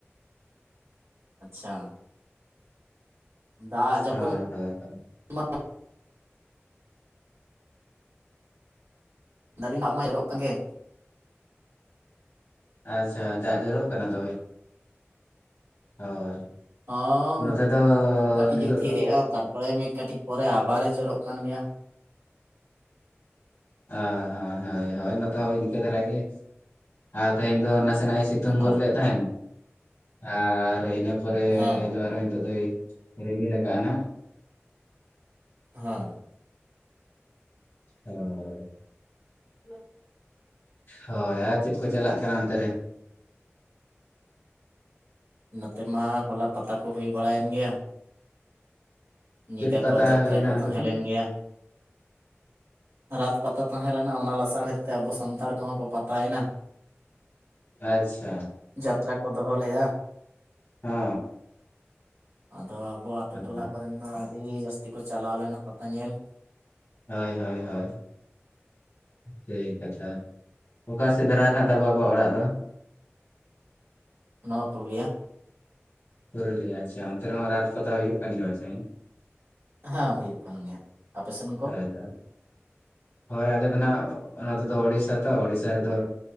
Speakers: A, on the right; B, on the left.
A: ᱟᱪᱪᱷᱟ᱾ ᱫᱟᱜ ᱡᱟᱹᱯᱩᱫ
B: ᱦᱳᱭ ᱦᱳᱭ ᱦᱳᱭ
A: ᱢᱟ ᱫᱟᱹᱞᱤᱧ ᱫᱟᱜ ᱢᱟ ᱡᱚᱨᱚᱜ ᱠᱟᱱ ᱜᱮ
B: ᱟᱪᱪᱷᱟ ᱫᱟᱜ ᱡᱚᱨᱚᱜ ᱠᱟᱱᱟ ᱛᱚ ᱵᱮ? ᱦᱳᱭ
A: ᱦᱚᱸ
B: ᱱᱚᱛᱮ ᱫᱚ
A: ᱠᱟᱹᱴᱤᱡ
B: ᱱᱤᱛᱚᱜ
A: ᱮ ᱛᱷᱤᱨ
B: ᱫᱚ
A: ᱮᱜᱼᱟ ᱛᱟᱨ ᱯᱚᱨᱮ ᱢᱤᱫ ᱠᱟᱹᱴᱤᱡ ᱯᱚᱨᱮ ᱟᱵᱟᱨ ᱮ ᱡᱚᱨᱚᱜ ᱠᱟᱱ ᱜᱮᱭᱟ᱾
B: ᱚ ᱦᱳᱭ ᱦᱳᱭ ᱦᱳᱭ ᱱᱚᱛᱮ ᱦᱚᱸ ᱤᱱᱠᱟᱹ ᱫᱷᱟᱨᱟ ᱜᱮ ᱟᱨ ᱛᱮᱦᱮᱧ ᱫᱚ ᱱᱟᱥᱮ ᱱᱟᱜ ᱥᱮ ᱥᱤᱛᱩᱝ
A: ᱦᱳᱭ
B: ᱜᱚᱫ ᱞᱮᱫ ᱛᱟᱦᱮᱱ ᱟᱨ ᱤᱱᱟ ᱯᱚᱨᱮ
A: ᱦᱮᱸ
B: ᱫᱚ ᱟᱨᱦᱚ ᱱᱤᱛᱚᱜ ᱫᱚ ᱨᱤᱢᱤᱞ ᱟᱠᱟ ᱱᱟᱜ
A: ᱦᱳ
B: ᱦᱳᱭ ᱦᱮᱞᱳ ᱦᱳᱭ ᱟᱨ ᱪᱮᱫ ᱠᱚ ᱪᱟᱞᱟᱜ ᱠᱟᱱᱟ ᱚᱱᱛᱮ ᱨᱮ?
A: ᱱᱚᱛᱮ ᱢᱟ ᱦᱚᱞᱟ ᱯᱟᱛᱟ ᱠᱚ ᱦᱩᱭ ᱵᱟᱲᱟᱭᱮᱱ ᱜᱮᱭᱟ ᱧᱤᱫᱟᱹ
B: ᱪᱮᱫ ᱯᱟᱛᱟ
A: ᱠᱚ ᱡᱟᱛᱨᱟ
B: ᱦᱚᱭ ᱮᱱᱟ
A: ᱠᱚ
B: ᱚᱱᱛᱮ
A: ᱛᱟᱦᱮᱸ
B: ᱫᱚ?
A: ᱞᱮᱱ ᱜᱮᱭᱟ ᱨᱟᱛ ᱯᱟᱛᱟ ᱛᱟᱦᱮᱸ ᱞᱮᱱᱟ ᱚᱱᱟ ᱞᱟᱥᱟᱲ ᱦᱮᱫ ᱛᱮ ᱟᱵᱚ ᱥᱟᱱᱛᱟᱲ ᱠᱚᱦᱚᱸ ᱠᱚ ᱯᱟᱛᱟᱭᱮᱱᱟ
B: ᱟᱪᱪᱷᱟ
A: ᱡᱟᱛᱨᱟ ᱠᱚ ᱫᱚᱦᱚᱸ ᱞᱮᱜᱼᱟ
B: ᱦᱚ
A: ᱟᱫᱚ ᱟᱵᱚ ᱟᱛᱳ ᱴᱚᱞᱟ
B: ᱦᱮᱸ
A: ᱠᱚᱨᱮᱱ ᱫᱚ ᱟᱹᱰᱤ ᱡᱟᱹᱥᱛᱤ ᱠᱚ ᱪᱟᱞᱟᱣ ᱞᱮᱱᱟ ᱯᱟᱛᱟ ᱧᱮᱞ
B: ᱦᱳᱭ ᱦᱳᱭ ᱦᱳᱭ ᱥᱟᱦᱤ ᱠᱟᱛᱷᱟ ᱚᱠᱟ ᱥᱮᱫ ᱫᱷᱟᱨᱟ ᱨᱮ ᱦᱟᱜ ᱛᱟᱵᱚ ᱟᱵᱚᱣᱟᱜ ᱚᱲᱟᱜ ᱫᱚ?
A: ᱱᱚᱣᱟ ᱯᱩᱨᱩᱞᱤᱭᱟᱹ
B: ᱯᱩᱨᱩᱞᱤᱭᱟ ᱟᱪᱷᱟ ᱚᱱᱛᱮ ᱨᱮᱦᱚᱸ ᱨᱟᱡ ᱯᱟᱛᱟ ᱦᱩᱭᱩᱜ ᱠᱟᱱ ᱜᱮᱭᱟ ᱵᱟᱪᱟᱧ
A: ᱦᱮᱸ ᱦᱩᱭᱩᱜ ᱠᱟᱱ ᱜᱮᱭᱟ ᱟᱯᱮ ᱥᱮᱱ ᱠᱚ?
B: ᱦᱳᱭ ᱦᱳᱭ ᱦᱳᱭ ᱟᱞᱮ ᱫᱚ ᱱᱟᱜ ᱱᱚᱛᱮ ᱫᱚ ᱳᱲᱤᱥᱥᱟ ᱛᱚ ᱳᱲᱤᱥᱥᱟ ᱨᱮᱫᱚ